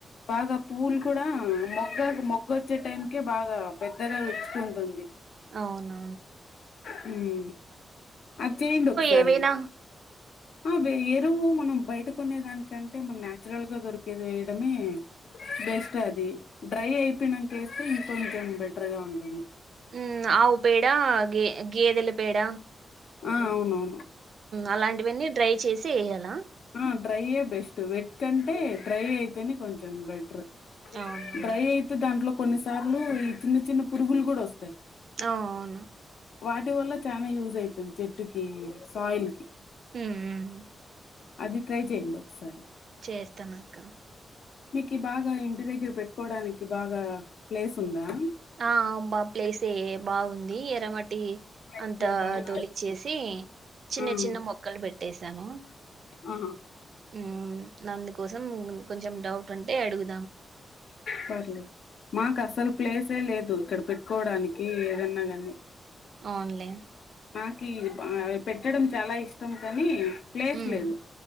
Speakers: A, on the left; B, on the right.
A: బాగా పువ్వుల్ కూడ మొగ్గకు మొగ్గోచ్చే టైంకే బాగా పెద్దగ విచ్చుకుంటుంది
B: అవునా
A: హ్మ్ అద్ చేయండి ఒకసారి
B: ఏవైనా
A: ఆహ్ వే ఎరువు మనం బయట కొనే దానికంటే మనం నాచురల్గా దొరికేది వేయడమే బెస్ట్ అది. డ్రై అయిపోయినంకేత్తే ఇం కొంచం బెటర్గా ఉంటుం
B: ఉమ్ ఆవు పేడ గే గేదెల పేడ
A: ఆ అవునవును
B: అలాంటివెన్నీ డ్రై చేసి ఎయాల
A: ఆహ్ డ్రైయే బెస్ట్ వెట్ కంటే డ్రై అయితేనే కొంచం బెట్రు
B: అవునవును
A: డ్రై అయితే దాంట్లో కొన్నిసార్లు ఈ చిన్న చిన్న పురుగులు కూడ వ స్తాయి.
B: ఆ అవును
A: వాటి వల్ల చానా యూజ్ అయితుంది చెట్టుకి సాయిల్ కి
B: హుమ్ ఊ
A: అది ట్రై చేయండి ఒకసారి
B: చేస్తానక్క
A: మీకి బాగా ఇంటి దగ్గర పెట్టుకోడానికి బాగా ప్లేస్ ఉందా
B: ఆ బా ప్లేసె బాగుంది ఎరమట్ ఇ అంతా
A: చదువు బాగా
B: తోలిచ్చేసి చిన్న
A: ఆ
B: చిన్న మొక్కలు పెట్టసాను.
A: ఆహా
B: ఉహ్ నందుకు. కోసం కొంచెం డౌట్ ఉంటే అడుగు.
A: పర్లేదు మాకు అసలు ప్లేసే లేదు. ఇక్కడ పెట్టుకోవడానికి ఏదన్నా గాని
B: ఆన్లైన్
A: నాకి ఆ పెట్టడం చాలా ఇష్టం కానీ ప్లేస్
B: ఉమ్
A: లేదు